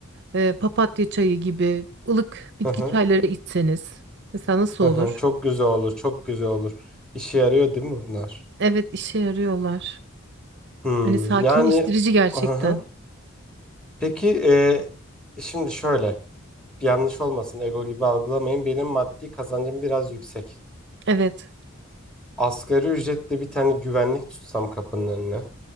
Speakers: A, on the right (about 55°); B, in the centre.
A: e, papatya çayı gibi ılık bitki
B: hı hı.
A: çayları içseniz. Mesela nasıl
B: hı.
A: olur?
B: hı. Çok güzel olur. Çok güzel olur. İşe yarıyor değil mi bunlar?
A: Evet, işe yarıyorlar.
B: Hmm,
A: Hani sakinleştirici
B: yani
A: gerçekten.
B: hı hı. Peki e, şimdi şöyle yanlış olmasın ego gibi algılamayın. Benim maddi kazancım biraz yüksek.
A: Evet.
B: Asgari ücretle bir tane güvenlik tutsam kapının önüne.